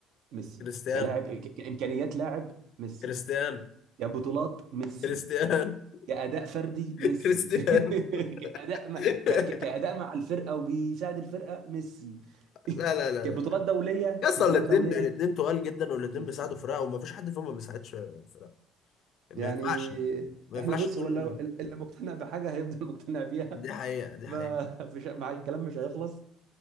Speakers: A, on the right; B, on the left.
A: ميسي
B: كريستيانو
A: كلاعب ك... كامكانيات لاعب ميسي
B: كريستيانو
A: كبطولات ميسي
B: كريستيانو
A: كأداء فردي
B: <laughs>
A: ميسي
B: كريستيانو
A: <laughs> كأداء ما
B: <laughs>
A: ك... ك- كأداء مع الفرقة وبيساعد الفرقة ميسي <laughs>
B: لا لا لا
A: كبطولات
B: لا
A: دولية
B: يا اسطى
A: بطولات
B: الاثنين
A: دولية
B: الاثنين تقال جدا والاثنين
A: ميسي
B: بيساعدوا فرقه وما فيش حد فيهم ما بيساعدش فرقه
A: يعني
B: ما ينفعش ما ينفعش
A: احنا بص
B: تقول
A: هو اللي اللي مقتنع بحاجة هيفضل مقتنع بيها
B: دي حقيقه
A: <laughs>
B: دي
A: فمش
B: حقيقه
A: مع الكلام مش هيخلص